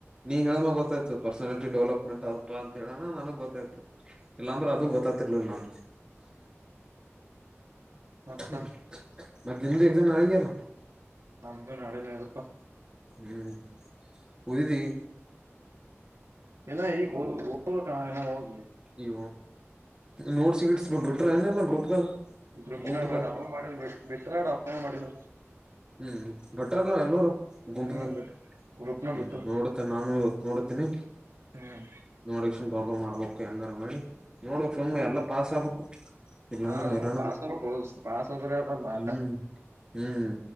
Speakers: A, on the right; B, on the right.
A: ನೀ ಹೇಳಿದ್ಮಾಗ ಗೊತ್ತಾಯ್ತತ್ ಪರ್ಸನಾಲಿಟಿ ಡೆವಲಪ್ಮೆಂಟ್ ಅದಪ್ಪಾ ಅಂತ ಹೇಳಣ ನನಗ್ ಗೊತ್ತಾಯ ಇಲ್ಲಾಂದ್ರೆ ಅದು ಗೊತ್ತಾತಿರ್ಲಿಲ್ಲ ನಾನಗ
B: ಮತ್ತ
A: ಹ ಮತ್ತ ನಿಮ್ದು ಎಗ್ಜಾಮ್ ನಾಳಗ್ಯಾನ
B: ನಮ್ದು ನಾಳೆನರಪ್ಪಾ
A: ಹ್ಮ್ ಉದಿ
B: ಲ್ಲ ಈಗ ಹೋಗಬೇಕ ಹೋಗ್ಬೇಕಣ ಏನ ಹೋಗಿ
A: ಇ ನೋಡ್ಸಿ ಇಡ್ ಬಿಟ್ರ ಏನಲ್ಲಾ ಗ್ರೂಪ್ದಾಗ
B: ಗ್ರೂಪ್
A: ಗುಂಪದಾಗ
B: ನ ಬಡ ಡೌನ್ಲೋಡ್ ಮಾಡೀಲ್ಲ ಬಿಟ್ರಡಾವ ಡೌನ್ಲೋಡ್ ಮಾಡಿಲ್ಲ
A: ಹ್ಮ್ ಬಿಟ್ಟಾರಲ್ಲ ಎಲ್ಲರು ಗುಂಪದಾಗ
B: ಹ್ಮ್ ಗ್ರೂಪ್ನ
A: ಹ್ಮ್
B: ಬಿಟ್ರ
A: ನೋಡುತ್ತೆ ನಾನು ಇವತ್ತು ನೋಡತೀನಿ
B: ಹ್ಮ್
A: ನೋಡ ಡೌಲೋಡ್ ಮಾಡಬೇಕು ಹೆಂಗರ ಮಾಡಿ ನೋಡಕ್ ಸುಮ್ಮ್ ಎಲ್ಲ ಪಾಸ್ ಆಗ್ಬೇಕು ಇಲ್ಲಾಂದ್ರೆ
B: ಹಾ ಪ
A: ಹೈರಾಣ
B: ಪಾಸ ಅಗ್ಬಾಕೊ ದೋಸ್ತ ಪಾಸ್ ಅಧ್ರನಾ ನಮ್ ಆಟ
A: ಹ್ಮ್ ಹ್ಮ್